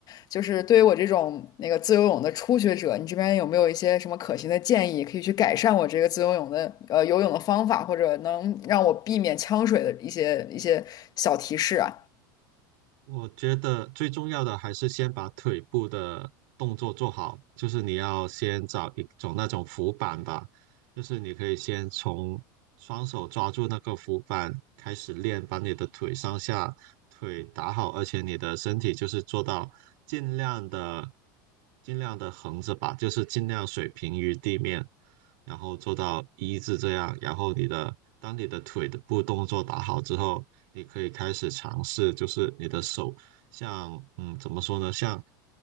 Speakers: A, on the left; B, on the right.
A: 就是对于我这种那个自由泳的初学者，你这边有没有一些什么可行的建议，可以去改善我这个自由泳的呃游泳的方法，或者能让我避免呛水的一些一些小提示啊？
B: 我觉得最重要的还是先把腿部的动作做好，就是你要先找一种那种浮板吧，就是你可以先从双手抓住那个浮板开始练，把你的腿上下腿打好，而且你的身体就是做到尽量的尽量的横着吧，就是尽量水平于地面，然后做到一字这样，然后你的当你的腿的部动作打好之后，你可以开始尝试，就是你的手像嗯怎么说呢，像